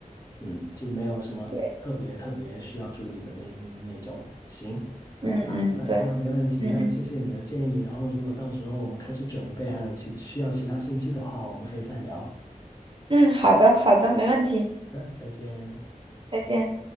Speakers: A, on the left; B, on the right.
A: 嗯，就没有什么特别特别需要注意的那那种。
B: 对，
A: 行，好的好的，
B: 嗯嗯对，
A: 那没问题，
B: 嗯嗯
A: 那谢谢你的建议。然后如果到时候我们开始准备，还有其需要其他信息的话，我们可以再聊。好
B: 嗯，好的好的，没问题，
A: 的再见。
B: 再见。